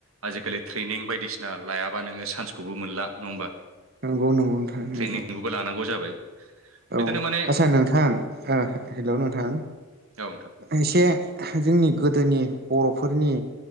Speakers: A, on the right (about 90°); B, on the right (about 45°).
A: आजिखालि ट्रेनिं बायदिसिना लायाबा नोङो सान्सखौबो मोनला नङा होमबा
B: नंगौ नंगौ नोंथां नंगौ
A: ट्रेनिंखौबो लानांगौ जाबाय
B: औ
A: बिदिनो माने
B: आचसा नोंथां हेल' नोंथां
A: औ नोंथां
B: एसे जोंनि गोदोनि बर'फोरनि